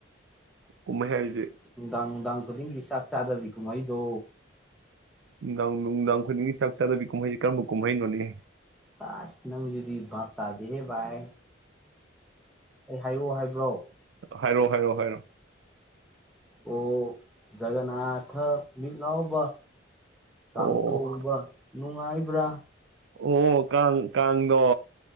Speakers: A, on the right (about 70°); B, in the centre.
A: ꯀꯨꯝꯍꯩ ꯍꯥꯏꯁꯦ
B: ꯎꯗꯥꯗꯥꯅꯗꯥ ꯈꯨꯗꯤꯡꯒꯤ ꯆꯥꯛ ꯆꯥꯗꯕꯤ ꯀꯨꯝꯍꯩꯗꯣ
A: ꯅꯨꯡꯗꯥꯡ ꯅꯨꯡꯗꯥꯡ ꯈꯨꯗꯤꯡꯒꯤ ꯆꯥꯛ ꯆꯥꯗꯕꯤ ꯀꯨꯝꯍꯩꯁꯦ ꯀꯔꯝꯕ ꯀꯨꯝꯍꯩꯩꯅꯣꯅꯦ
B: ꯑ ꯅꯪꯗꯤ ꯞ ꯇꯗꯤꯍꯦꯚꯥꯏ ꯑꯩ ꯍꯥꯏꯌꯛꯑꯣ ꯍꯥꯏꯕ꯭ꯔꯣ
A: ꯍꯥꯏꯔꯣꯑꯣ ꯍꯥꯏꯔꯣꯑꯣ ꯍꯥꯏꯔꯣꯑꯣ
B: ꯑꯣ ꯒꯅꯥꯊ ꯃꯤ ꯂꯥꯎꯑꯣꯕ ꯀꯥꯡꯇꯣꯛꯎꯕ
A: ꯑꯣ
B: ꯅꯨꯡꯉꯥꯏꯕ꯭ꯔꯥ
A: ꯑꯣ ꯀꯥꯡ ꯀꯥꯡꯗꯣ